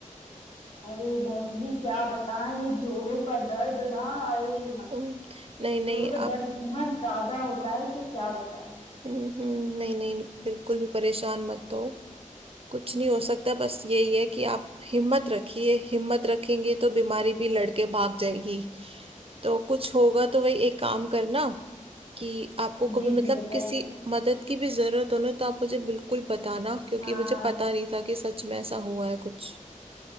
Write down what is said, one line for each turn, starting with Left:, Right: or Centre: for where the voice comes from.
Left: अरे बहन जी क्या बताएं ये जोड़ों का दर्द ना अरे
Right: हम्म, नहीं नहीं
Left: जोड़ों का
Right: आप
Left: दर्द इतना ज्यादा होता है कि क्या बताएं
Right: हम्म, हम्म, नहीं नहीं बिल्कुल भी परेशान मत हो कुछ नहीं हो सकता बस यही है कि आप हिम्मत रखिए हिम्मत रखेंगे तो बीमारी भी लड़के भाग जाएगी तो कुछ होगा तो वही एक काम करना कि आपको
Left: जी
Right: कभी मतलब
Left: जी बताइए
Right: किसी मदद की भी जरूरत हो ना तो आप मुझे बिल्कुल बताना क्योंकि
Left: हाँ
Right: मुझे पता नहीं था कि सच में ऐसा हुआ है कुछ